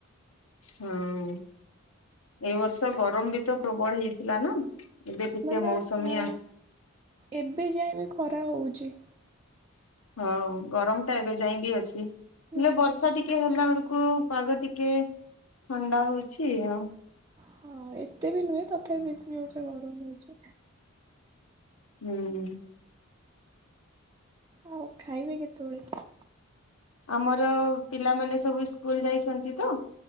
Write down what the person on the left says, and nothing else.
ହଁ ଏଇ ବର୍ଷ ଗରମ ବି ତ ପ୍ରବଳ ହେଇଥିଲା ନା। ଏବେ ଟିକେ
ମୌସମୀ
ଆସ
ହଁ ଗରମ ଟା ଏବେ ଯାଇ ବିି ଅଛି। ହେଲେ
ବର୍ଷା
ଟିକେ ହେଲା ବେଳ କୁ ପାଗ ଟିକେ ଥଣ୍ଡା ହୋଇଛି ଆଉ।
ହୁଁ।
ଆମର ପିଲାମାନେ ସବୁ ସ୍କୁଲ ଯାଇଛନ୍ତି ତ।